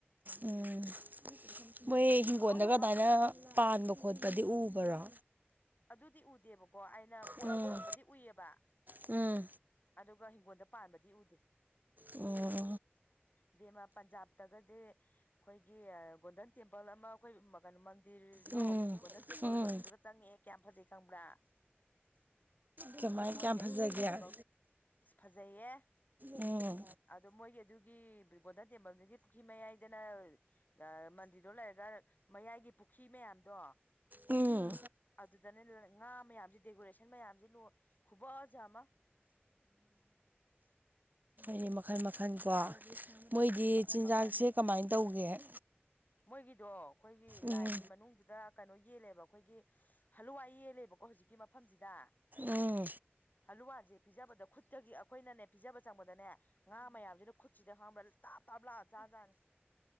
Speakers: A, on the right; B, on the left.
A: ꯎꯝ ꯃꯣꯏ
B: ꯈꯨꯠꯆꯥꯎ
A: ꯍꯤꯡꯒꯣꯜꯗꯒ
B: ꯑꯃ
A: ꯑꯗꯨꯃꯥꯏꯅ ꯄꯥꯟꯕ ꯈꯣꯠꯄꯗꯤ ꯎꯕꯔꯣ
B: ꯑꯗꯨꯗꯤ ꯎꯗꯦꯕꯀꯣ ꯑꯩꯅ ꯄꯣꯔꯛꯄ
A: ꯎꯝ
B: ꯈꯣꯠꯄꯗꯤ ꯎꯏꯌꯦꯕ
A: ꯎꯝ
B: ꯑꯗꯨꯒ ꯍꯤꯡꯒꯣꯜꯗ ꯄꯥꯟꯕꯗꯤ ꯎꯗꯦ
A: ꯎꯝ
B: ꯕꯃ ꯄꯟꯖꯥꯕꯇꯒꯗꯤ ꯑꯩꯈꯣꯏꯒꯤ ꯒꯣꯜꯗꯟ ꯇꯦꯝꯄꯜ ꯑꯃ ꯑꯩꯈꯣꯏ ꯀꯩꯅꯣ ꯃꯟꯗꯤꯔꯗꯣ
A: ꯎꯝ
B: ꯒꯣꯜꯗꯟ ꯇꯦꯝꯄꯜꯗꯣ
A: ꯎꯝ
B: ꯑꯗꯨꯗꯨꯒ ꯆꯪꯉꯦ ꯀꯌꯥꯝ ꯐꯖꯩ ꯈꯪꯕ꯭ꯔꯥ ꯑ
A: ꯀꯃꯥꯏ
B: ꯃꯣꯏꯒꯤ
A: ꯀꯌꯥꯝ ꯐꯖꯒꯦ
B: ꯑꯗꯨꯗ ꯂꯩꯔꯝꯕ ꯑꯁ ꯐꯖꯩꯌꯦ
A: ꯎꯝ
B: ꯑꯗꯣ ꯃꯣꯏꯒꯤ ꯑꯗꯨꯒꯤ ꯒꯣꯜꯗꯟ ꯇꯦꯝꯄꯜꯗꯨꯒꯤ ꯄꯨꯈ꯭ꯔꯤ ꯃꯌꯥꯏꯗꯅ ꯑ ꯃꯟꯗꯤꯔꯗꯣ ꯂꯩꯔꯒ ꯃꯌꯥꯏꯒꯤ ꯄꯨꯈ꯭ꯔꯤ ꯃꯌꯥꯝꯗꯣ
A: ꯎꯝ
B: ꯑꯗꯨꯗꯅ ꯉꯥ ꯃꯌꯥꯝꯁꯦ ꯗꯦꯀꯣꯔꯦꯁꯟ ꯃꯌꯥꯝꯁꯦ ꯂ ꯈꯨꯐꯖ ꯑꯃ
A: ꯑ ꯃꯈꯟ ꯃꯈꯟ ꯀꯣ ꯃꯣꯏꯗꯤ
B: ꯎꯝ ꯃꯈꯟ
A: ꯆꯤꯟꯖꯥꯛꯁꯦ
B: ꯃꯈꯟ
A: ꯀꯃꯥꯏꯅ ꯇꯧꯒꯦ
B: ꯃꯣꯏꯒꯤꯗꯣ ꯑꯩꯈꯣꯏꯒꯤ
A: ꯎꯝ
B: ꯂꯥꯏꯒꯤ ꯃꯅꯨꯡꯗꯨꯗ ꯀꯩꯅꯣ ꯌꯦꯜꯂꯦꯕ ꯑꯩꯈꯣꯏꯒꯤ ꯍꯜꯂꯨꯋꯥꯏ ꯌꯦꯜꯂꯦꯕꯀꯣ ꯍꯧꯖꯤꯛꯀꯤ ꯃꯐꯝꯁꯤꯗ
A: ꯎꯝ
B: ꯍꯂꯨꯋꯥꯁꯦ ꯄꯤꯖꯕꯗ ꯈꯨꯠꯇꯒꯤ ꯑꯩꯈꯣꯏꯅꯅꯦ ꯄꯤꯖꯕ ꯆꯪꯕꯗꯅꯦ ꯉꯥ ꯃꯌꯥꯝꯁꯤꯅ ꯈꯨꯠꯁꯤꯗ ꯈꯪꯕ꯭ꯔꯥ ꯇꯥꯞ ꯇꯥꯞ ꯂꯥꯛꯑꯖꯥꯖꯥꯠꯅꯤ